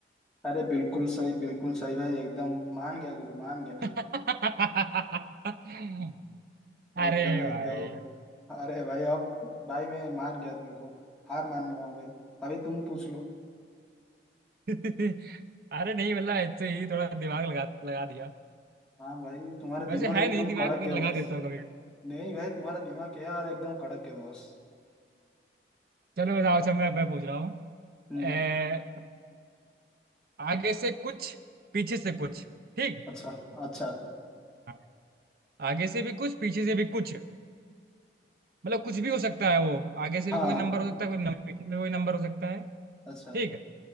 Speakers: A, in the centre; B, on the right.
A: अरे बिल्कुल सही बिल्कुल सही भाई एकदम मान गया गुरु मान गया
B: <laughs>
A: हम्म।
B: अरे
A: एकदम एकदम
B: भाई
A: अरे भाई अब भाई मैं मान गया तुमको हार मान रहा हूँ भाई अभी तुम पूछ लो
B: <laughs> अरे नहीं मतलब ऐसे ही थोड़ा दिमाग लगा लगा दिया
A: हाँ भाई तुम्हारा दिमाग
B: वैसे
A: एकदम
B: है नहीं दिमाग
A: कड़क
B: पर
A: है
B: लगा
A: बस
B: देता हूँ कभी कभी
A: नहीं भाई तुम्हारा दिमाग है और एकदम कड़क है बस
B: चलो बताओ अच्छा मैं मैं पूछ रहा हूँ
A: हम्म
B: ए, आगे से कुछ पीछे से कुछ ठीक
A: अच्छा अच्छा
B: हाँ। आगे से भी कुछ पीछे से भी कुछ मतलब कुछ भी हो सकता है वो आगे से
A: हाँ
B: भी कोई नंबर हो सकता है कोई नंबर पीछे से भी कोई नंबर हो सकता है
A: अच्छा
B: ठीक है